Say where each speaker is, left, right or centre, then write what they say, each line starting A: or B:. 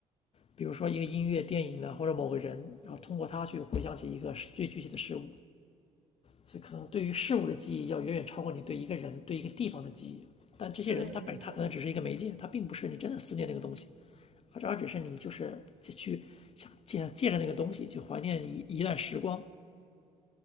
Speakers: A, on the left; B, on the right.
A: 比如说一个音乐、电影呢，或者某个人，然后通过他去回想起一个最具体的事物，所以可能对于事物的记忆要远远超过你对一个人、对一个地方的记忆。但这些人他本他可能只是一个媒介，
B: 对，没错。
A: 他并不是你真的思念那个。而而只是你就是去想借借着那个东西去怀念一一段时光。